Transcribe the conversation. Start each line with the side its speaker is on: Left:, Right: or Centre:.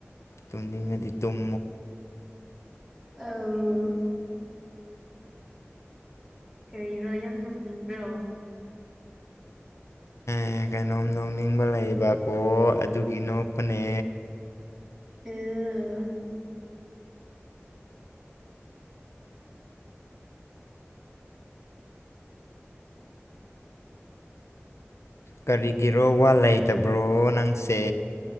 Left: ꯇꯨꯝꯅꯤꯡꯂꯗꯤ ꯇꯨꯝ
Centre: ꯑꯧ ꯀꯔꯤꯔꯣ ꯌꯥꯝ ꯅꯣꯛꯅꯤꯡꯕ꯭ꯔꯣ <inaudible>
Left: ꯑꯦ ꯀꯩꯅꯣꯝ ꯅꯣꯛꯅꯤꯡꯕ ꯂꯩꯕꯀꯣ ꯑꯗꯨꯒꯤ ꯅꯣꯛꯄꯅꯦ
Centre: <unintelligible>
Left: ꯀꯔꯤꯒꯤꯔꯣ ꯋꯥ ꯂꯩꯇꯕ꯭ꯔꯣ ꯅꯪꯁꯦ